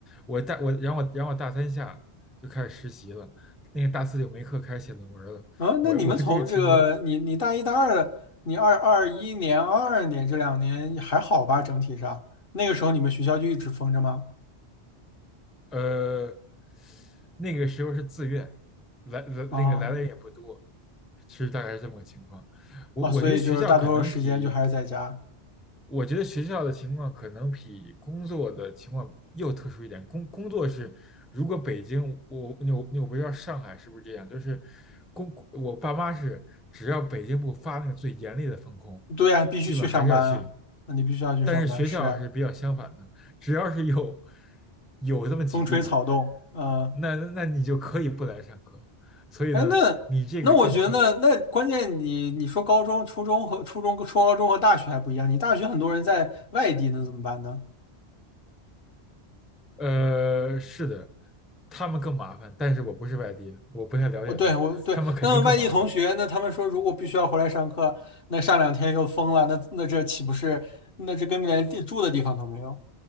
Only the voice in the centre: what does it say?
我大我然后我然后我大三下。就开始实习了，那个大四就没课，开始写论文了。
我我这个情况
呃，那个时候是自愿，来来那个来的人也不多，
其实大概是这么个情况。我我觉得学校可能比，
我觉得学校的情况可能比工作的情况又特殊一点。工工作是，如果北京，我我我不知道上海是不是这样，就是工我爸妈是，只要北京不发那个最严厉的封控，
基本还是要去。
但是学校还是比较相反的。
只要是有有这么几例，
那那你就可以不来上课。所以呢，
你这个政策，
呃，是的，他们更麻烦，但是我不是外地的，我不太了解他们，
他们肯定更麻烦。